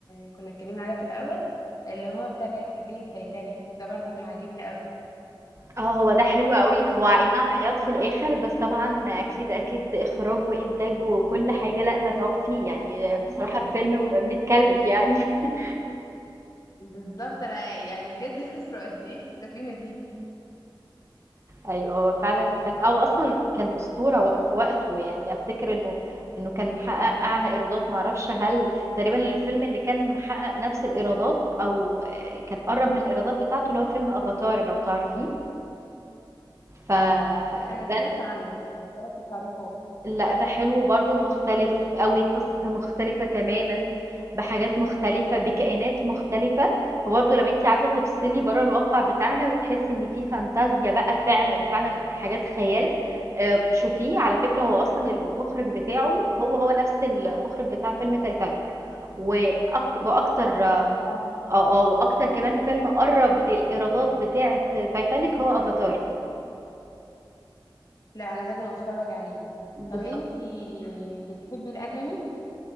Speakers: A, on the left; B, on the right.
A: كنا اتكلمنا عليها في الاول اللي هو بتاعت سفينه تايتانيك ده برضو كان عاجبني قوي
B: اه هو ده حلو قوي هو اي نعم عياط في الاخر بس طبعا اكيد اكيد اخراج وانتاج وكل حاجه لا متعوب فيه يعني
A: كتير.
B: بصراحه فيلم م- متكلف يعني <laughs>
A: بالظبط انا يعني بجد <laughs> خسروا قد ايه في السفينه دي
B: ايوه هو فعلا الفيلم او اصلا كان اسطوره وق- في وقته يعني افتكر انه انه كان محقق اعلى ايرادات معرفش هل تقريبا الفيلم اللي كان محقق نفس الايرادات او كان قرب من الايرادات بتاعته اللي هو فيلم افاتار لو تعرفيه فده
A: انا سمعت عنه بس ما اتفرجتش عليه
B: لأ ده حلو برضه، مختلف أوي، قصة مختلفة تمامًا، بحاجات مختلفة، بكائنات مختلفة،
A: خالص
B: فبرضه لو أنتِ عايزة تفصلي برّه الواقع بتاعنا وتحسي إن في فانتازيا بقى فعلًا، فعلًا حاجات خيال، آآ شوفيه، على فكرة هو أصلًا المُخرِج بتاعه هو، هو نفس المُخرِج بتاع فيلم تايتانيك، وأك وأكتر
A: والله
B: آه، آه، وأكتر كمان فيلم قرّب للإيرادات بتاعة تايتانيك هو Avatar.
A: لا انا لازم اتفرج عليه
B: بالضبط.
A: طب انتي بتحبي الانمي